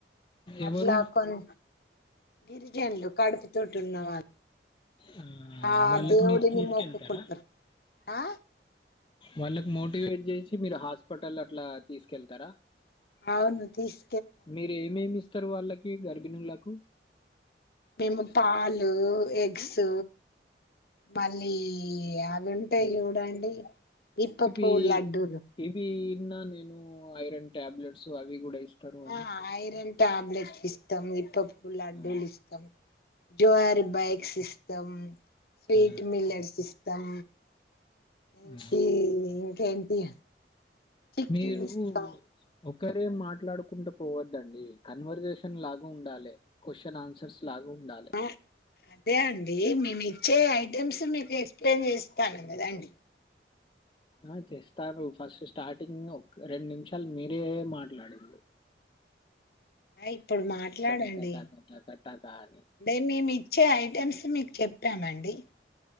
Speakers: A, on the left; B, on the left.
A: అట్లా
B: ఎవరు
A: కొన్ గిరిజనులు కడుపు తోటి ఉన్నవాళ్ళు
B: ఆ
A: ఆ
B: వాళ్ళకి
A: దేవుడిని
B: మీరు తీసుకెళతారా
A: మొక్కుకుంటారు ఆ
B: వాళ్ళకి మోటివేట్ చేసి మీరు హాస్పిటల్ అట్లా తీసుకెళ్తారా.
A: అవును తీస్
B: మీర ఏమేమి ఇస్ ఇస్తరు వాళ్ళకి గర్భిణులకు
A: మేము పాలు ఎగ్స్ మళ్ళీ అవి ఉంటాయి చూడండి ఇప్ప
B: ఇవి
A: పువ్వు లడ్డూలు
B: ఏంటి నిన్న నేను ఐరన్ ట్యాబ్లెట్స్ అవి కూడా ఇస్త విస్తరు అని
A: ఆ
B: <unintelligible>
A: ఐరన్ టాబ్లెట్స్ ఇస్తం ఇప్ప పు లడ్డులు
B: ఆ,
A: ఇస్తాం జుహరి బైక్ సిస్ దం స్వీట్
B: ఆ,
A: మిల్లెట్స్ ఇ తం ఇంకే
B: ఆ.
A: ఇంకేంటి చిక్కీలు
B: మీరు
A: ఇస్తాం
B: ఒక్కరే మాట్లాడుకుంట పోవద్దండి కన్వర్జేషన్ లాగా ఉండాలె క్వశ్చన్ ఆన్సర్స్ లాగా ఉండాలి
A: ఆ అదే అండి మేమి చే ఐటెమ్స్ మీకు ఎక్స ప్లెయిన్ చేస్తాన కదాండి
B: ఆ చేస్తారు ఫస్ట్ స్టార్టింగ్ ఒక రెండు నిమిషాలు మీరే మాట్లాడింరు
A: ఇప్పుడు మాట్లాడండి
B: టక టక టక టక అని
A: అంటే మేమి ఇచ్చే ఐటమ్స్ మీకు చెప్ పేమండి <unintelligible>